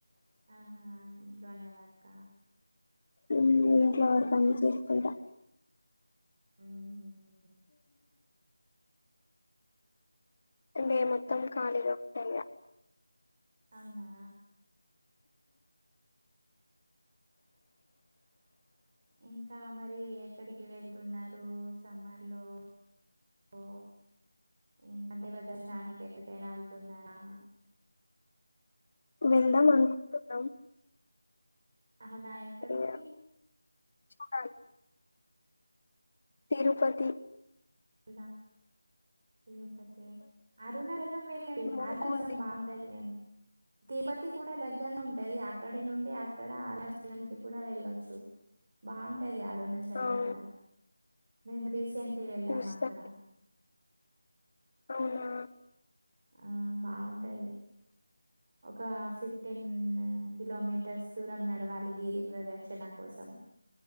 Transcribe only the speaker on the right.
ఆహా ఇంట్లోనే వర్క
ఆహా
ఇ
అవునా ఇంకా మరి ఎక్కడికి వెళ్తున్నారు సమ్మర్ లో? ఓ ఇంకా దేవ దర్శనానికి ఎక్కడికైనా వెళ్తున్నారా?
అవునా ఎక్కడికి?
అందా తిరుపతి, అరుణాచలం వెళ్లండి.
అరుణాచలం
బాగుంటది కదా. తిరుపతి కూడా దగ్గరనే ఉంటది, అక్కడి నుండి అక్కడ ఆరాచలంకి కూడా వెళ్ళొచ్చు. బాగుంటాది అరుణచలం
కూడా, మేము రీసెంట్లీ వెళ్ళాము
అక్కడ.
ఆ బాగుంటది, ఒక ఫిఫ్టీన్ కిలోమీ మీటర్స్ దూరం నడవాలి గిరి ప్రదక్షిణ కోసం.